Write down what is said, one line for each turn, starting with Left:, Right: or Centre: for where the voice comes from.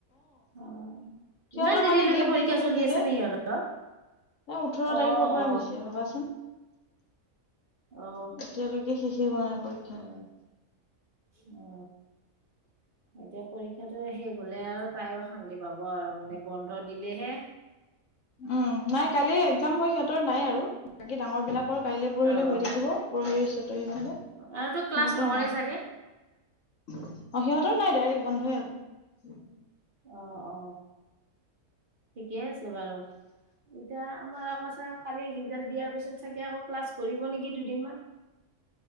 Right: অ,
Left: সিহঁতৰ
Right: ইমান দেৰিলৈকে
Left: মানে গেপ
Right: পৰীক্ষা
Left: দি দি হৈছে
Right: চলি আছে
Left: যে
Right: নে সিহঁতৰ।
Left: এ ওঠৰ
Right: অ
Left: তাৰিখৰ পৰা
Right: অ
Left: হৈছে ভাবাচোন!
Right: অ
Left: এতিয়ালৈকে শেষে হোৱা নাই পৰীক্ষা।
Right: সেই অ এতিয়া পৰীক্ষা সিহঁতোৰো শেষ হলে আৰু তাইও শান্তি পাব আৰু মানে বন্ধ দিলেহে।
Left: উম, নাই কালি একজাম হয় সিহঁতৰ নাই আৰু বাকী ডাঙৰ বিলাক কৰ কাইলে পৰহিলে
Right: অ
Left: হৈ
Right: অ
Left: থাকিব পৰহি, চতহি মানলে সিহঁতৰ
Right: আৰু তো ক্লাছ নকৰে
Left: নাই।
Right: চাগে?
Left: অ, সিহঁতৰো নাই ডাইৰেক্ট বন্ধই আৰু।
Right: অ অ ঠিকেই আছে বাৰু এতিয়া আমাৰ আকৌ চাও কালি ৰিজালট দিয়াৰ পিছত চাগে আকৌ ক্লাছ কৰিব নেকি দুদিনমান। <inaudible>